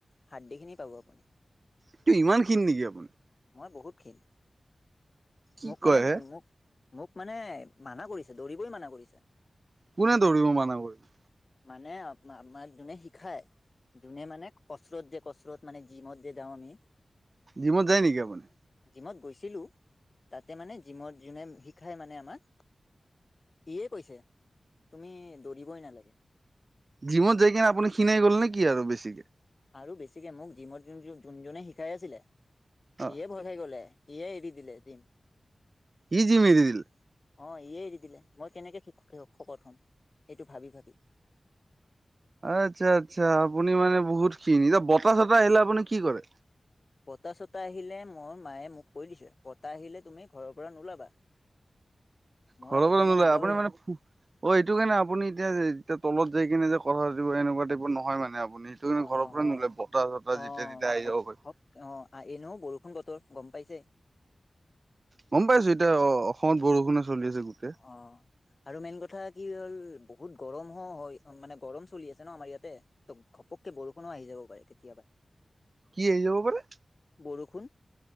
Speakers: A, on the left; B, on the right.
A: হাড়ি খিনি পাব আপুনি।
B: এইটো ইমান ক্ষীণ নেকি আপুনি।
A: মই বহুত ক্ষিন।
B: কি
A: মোক
B: কয়
A: মানে,
B: হে
A: মোক মোক মানে মানা কৰিছে দৰিবয়ে মানা কৰিছে।
B: কোনে ধৰিব মানা কৰিছে।
A: মানে আ আপোনাক যোনে শিখায়। যোনে মানে কচৎৰত দিয়ে কচৎৰত মানে জিমত যে যাও আমি।
B: জিমত যায় নেকি আপুনি?
A: জিমত গৈছিলো তাতে মানে জিমত যোনে শিকাই মানে আমাক। ইয়ে কৈছে তুমি দৌৰিবই নালাগে।
B: জিমত যাই কিনে আপুনি শিনাই গ'ল নেকি আৰু বেছিকে।
A: আৰু বেছিকে মোক জিমত যোন যোনজনে শিকাই আছিলে
B: অ
A: ইয়ে ভয় খাই গলে। সিয়েই এৰি দিলে জিম।
B: ই জিম এৰি দিলে।
A: অ' ইয়ে এৰি দিলে মই কেনেকে শ শকত হম সেইটো ভাবি ভাবি।
B: আচ্ছা আচ্ছা আপুনি মানে বহুত ক্ষিন। বতাহ চতাহ আহিলে আপুনি কি কৰে?
A: বতাহ চতাহ আহিলে মোৰ মায়ে মোক কৈ দিছে, বতাহ আহিলে তুমি ঘৰৰ পৰা নোলাবা। মই
B: ঘৰৰ
A: এইকাৰণে
B: পৰা নোলয়
A: নোলাওৱে
B: আপুনি মানে অ' এইটো কাৰণে আপুনি এতিয়া যে, এতিয়া তলত যাই কিনে যে কথা পাতিব এনেকুৱা টাইপৰ নহয় মানে আপুনি। তুমি
A: অ
B: ঘৰৰ
A: নহয়
B: পৰা নোলাবা, বতাহ চতাহ
A: অ
B: যেতিয়া তেতিয়া আহি
A: ঘপ
B: যাব পাৰে।
A: ঘপ অ' এ নহয় বৰষুণ বতৰ গম পাইছে।
B: গম পাইছো এতিয়া অ' অসমত বৰষুণে চলি আছে গোটেই।
A: অ'। আৰু মেইন কথা কি হ'ল বহুত গৰম হ হয় মানে গৰম চলি আছে ন আমাৰ ইয়াতে। ত' ঘপককে বৰষুণো আহি যাব পাৰে কেতিয়াবা।
B: কি আহি যাব পাৰে?
A: বৰষুন।